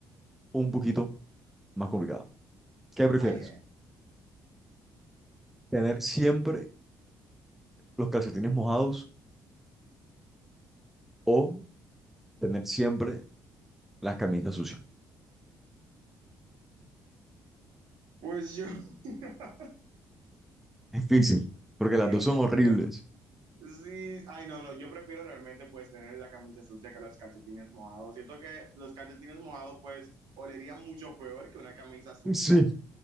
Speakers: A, in the centre; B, on the right.
A: un poquito más complicada. ¿Qué prefieres?
B: Ay, ay, ay.
A: ¿Tener siempre los calcetines mojados o tener siempre las camisas sucias?
B: Pues yo, <laughs>
A: Es difícil, porque las
B: Mío,
A: dos son horribles.
B: yo- sí, ay, no, no, yo prefiero realmente pues tener la camisa sucia que los calcetines mojados. Siento que los calcetines mojados pues olerían mucho peor que una camisa sucia.
A: <laughs> Sí.